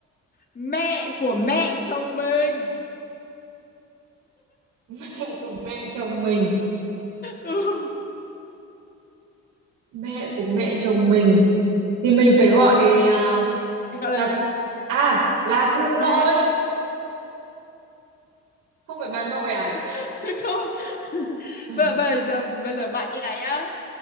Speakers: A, on the left; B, on the right.
A: mẹ của mẹ chồng mình.
B: <laughs> Mẹ của mẹ chồng mình,
A: Ừ,
B: mẹ của mẹ
A: Ừ,
B: chồng mình thì mình phải gọi à,
A: Gọi là
B: là
A: gì?
B: à là cụ nội,
A: Bạn
B: không phải bà nội à?
A: <laughs> không <laughs>
B: <laughs>
A: bây giờ, bây giờ bây giờ bạn như này nhá